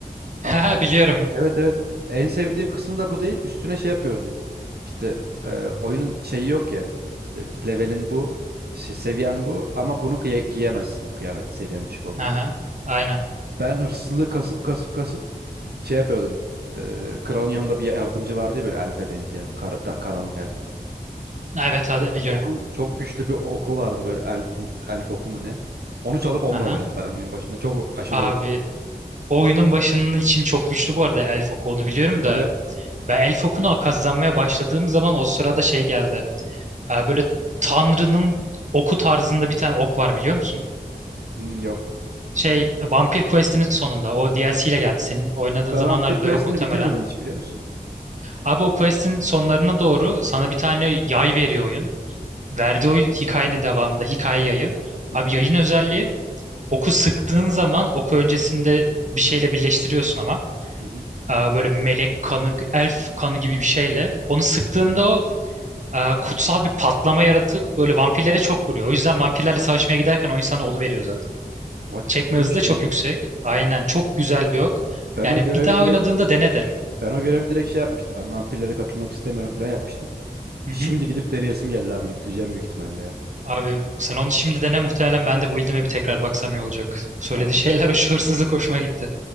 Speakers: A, on the right (about 45°); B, on the right (about 75°).
A: Haha
B: Abi,
A: biliyorum.
B: evet evet. En sevdiğim kısım da bu değil. Üstüne şey yapıyordum. İşte e, oyunun şeyi yok ya. İşte levelin bu. şey- seviyen bu ama bunu giye- giyemezsin bu kıyafeti seviyen düşük olduğu
A: Aha.
B: için.
A: Aynen.
B: Ben hırsızlığı kasıp kasıp kasıp şey yapıyordum. Eee kralın yanında bir yardımcı vardı ya böyle elfe benzeyen. kar- da- karanlık elf.
A: Evet hadi biliyorum.
B: Onun çok güçlü bir oku vardı böyle elfin, elf oku mu ne? Onu çalıp onunla
A: Aha.
B: oynuyordum ben oyunun başında. Çok aşırı
A: Abi
B: OP.
A: o oyunun başının için çok güçlü bu arada Elf Oku onu biliyorum
B: Evet.
A: da ben Elf Oku'nu kazanmaya başladığım zaman o sırada şey geldi. Ee, böyle Tanrı'nın oku tarzında bir tane ok var biliyor musun?
B: Hmm, yok.
A: Şey Vampir Quest'inin sonunda o DLC ile geldi. Senin oynadığın
B: Ben
A: zamanlarda
B: Vampir Quest'ini
A: yok muhtemelen.
B: bitirmedim hiç biliyor musun?
A: Abi o quest'in sonlarına doğru sana bir tane yay veriyor oyun. Verdiği o hikayenin devamında hikaye yayı.
B: Hı
A: Abi
B: hı.
A: yayın özelliği oku sıktığın zaman oku öncesinde bir şeyle birleştiriyorsun ama.
B: Hı hı.
A: Ee, Böyle melek kanı, elf kanı gibi bir şeyle. Onu sıktığında o e, kutsal bir patlama yaratıp böyle vampirlere çok vuruyor. O yüzden vampirlerle savaşmaya giderken oyun sana onu veriyor zaten.
B: Oha, çok
A: Çekme
B: iyiymiş
A: hızı da çok
B: lan.
A: yüksek. Aynen çok güzel bir ok.
B: Ben
A: Yani
B: o görevi
A: bir daha
B: direkt
A: oynadığında dene derim.
B: ben o görevi direkt şey yapmıştım. Ben vampirlere katılmak istemiyorum falan yapmıştım.
A: Hı
B: Şimdi
A: hı.
B: gidip deneyesim geldi abi. Yükleyeceğim büyük ihtimalle ya.
A: Abi sen onu şimdi dene muhtemelen ben de bu build'ime bir tekrar baksam iyi olacak. Söylediği
B: Tamam.
A: <laughs> şeyler o şu hırsızlık hoşuma gitti.